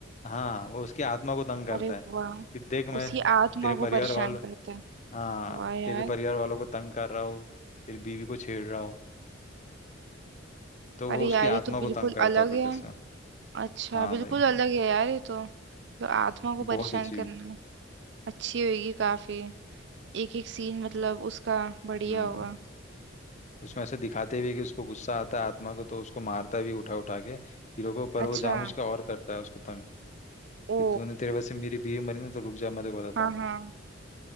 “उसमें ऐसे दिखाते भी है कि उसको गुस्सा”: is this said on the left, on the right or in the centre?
Left